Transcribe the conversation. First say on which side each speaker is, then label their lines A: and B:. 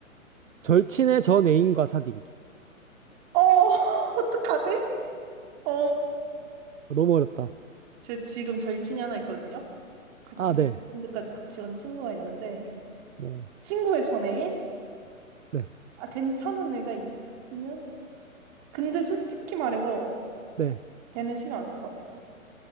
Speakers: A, on the right; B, on the right.
A: 절친의 전 애인과 사귀기.
B: 어, <laughs> 어떡하지? 어,
A: 어, 너무 어렵다.
B: 제 지금 절친이 하나 있거든요. 같이
A: 아, 네.
B: 밴드까지 같이 온 친구가 있는데
A: 네.
B: 친구의 전애인?
A: 네.
B: 아, 괜찮은 애가 있으면 근데 솔직히 말해서
A: 네.
B: 걔는 신경 안 쓸 것 같아요.